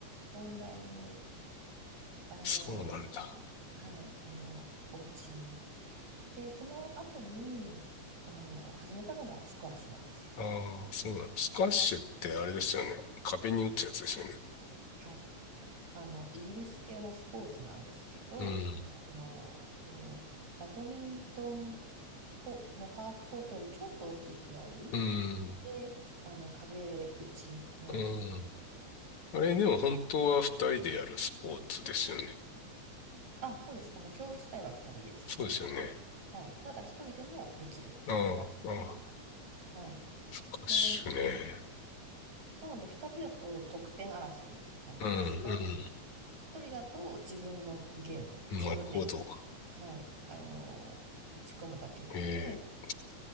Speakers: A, on the right; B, on the left.
A: 問題に、あの、
B: そうなんだ。
A: はい、あの、落ち。で、その後に、あの、始めたのがスクワッシュなんですよ。
B: ああ、そうなんだ。スカッシュってあれですよね。壁に打つやつですよね。
A: はい。あのイギリス系のスポーツなんですけど、
B: うん、
A: あのバドミントンコのハーフコートよりちょっと大きいくらい
B: うん、
A: で、あの壁打ちなんですけど、
B: うん。あれでも本当は二人でやるスポーツですよね。
A: あ、そうです、あの競技自体は2人です。
B: そうですよね。
A: はい、ただ一人でもできるっていうだけで、
B: ああ、ああ、
A: はい、
B: スカッシュね。
A: でなので2人だと得点争いになりますが、
B: うん、
A: 一人だと自分のゲーム、
B: うん。
A: 自分で、
B: なるほど。
A: はい、あの打ち込むだけなんで、
B: ええ、ス